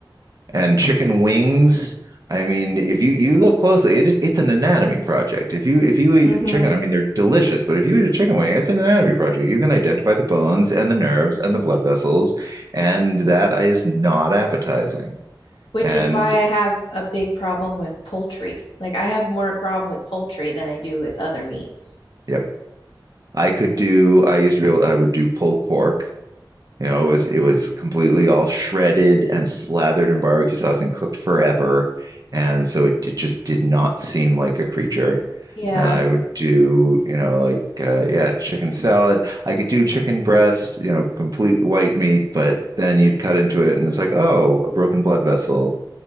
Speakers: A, on the right; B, on the left.
A: And chicken wings. I mean, if you you look closely, it is it's an anatomy project. If you if you eat
B: hmm
A: chicken, I mean, they're delicious, but if you eat a chicken wing, it's an anatomy project. You can identify the bones and the nerves and the blood vessels, and that is not appetizing.
B: Which
A: And
B: is why I have a big problem with poultry. Like I have more problem with poultry than I do with other meats.
A: yep, I could do. I used to be able. I would do pulled pork You know, it was it was completely all shredded and slathered in barbecue sauce and cooked forever, and so it, it just did not seem like a creature.
B: Yeah.
A: And I would do, you know, like uh, yeah, chicken salad. I could do chicken breast, you know, complete white meat, but then you'd cut into it and it's like, oh, a broken blood vessel,